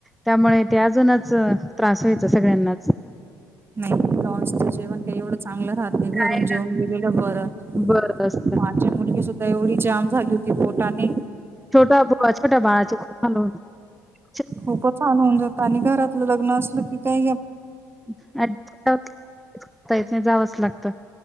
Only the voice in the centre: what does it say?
त्यामुळे ते अजूनच त्रास व्हायचा सगळ्यांनाच
काय
<unintelligible>
<inaudible>
<unintelligible> जावंच लागत